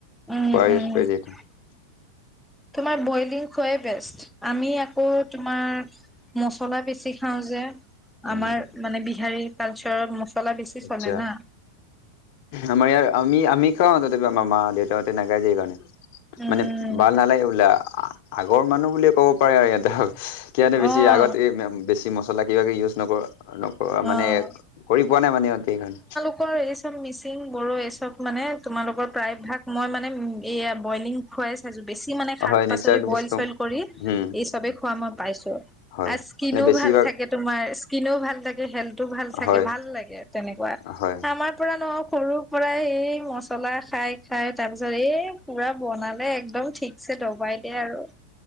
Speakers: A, in the centre; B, on the left.
A: উম,
B: খোৱা
A: উম!
B: ইউজ কৰে যে এইটো
A: তোমাৰ বইলিং খোৱাই বেষ্ট। আমি আকৌ তোমাৰ, মছলা বেছি খাওঁ যে।
B: উম
A: আমাৰ মানে, বিহাৰীৰ কালচাৰত মছলা বেছি
B: আচ্ছা
A: চলে না।
B: আমাৰ ইয়াৰ, আমি-আমি খাওঁ। তথাপি, আমাৰ মা-দেউ ত' তেনেকে, <unintelligible>
A: উম,
B: মানে, ভাল নালাগে, <unintelligible> আগৰ মানুহ বুলিয়ে ক'ব পাৰে আৰু ইয়াতে। কি ইয়াতে বেছি,
A: অ',
B: আগতে বেছি, ম মছলা কিবাকিবি ইউজ নকৰোঁ, নকৰোঁ
A: অ'।
B: মানে, কৰি পোৱা নাই, মানে সিহঁতি। <unintelligible>
A: <unintelligible> মিচিং, বড়ো, এই চব মানে, তোমালোকৰ প্ৰায়ভাগ, মই মানে, এইয়া বইলিং খুৱাই চাইছোঁ। বেছি মানে, শাক-পাচলি
B: অ হয় নেচাৰেল
A: বইল-চইল
B: বস্তু
A: কৰি
B: উম
A: এই চবেই খোৱা মই পাইছোঁ।
B: হয়
A: আৰু স্কিনো
B: মানে বেছিভাগ
A: ভাল থাকে। তোমাৰ স্কিনো ভাল থাকে, হেল্থো ভাল থাকে।
B: হয়
A: ভাল লাগে, তেনেকুৱা!
B: হয়
A: আমাৰ পৰা ন' সৰুৰ পৰাই এই, মছলা খাই-খাই তাৰপিছত এই, পূৰা বনালে, একদম ঠিক ছে দবাই দিয়ে আৰু।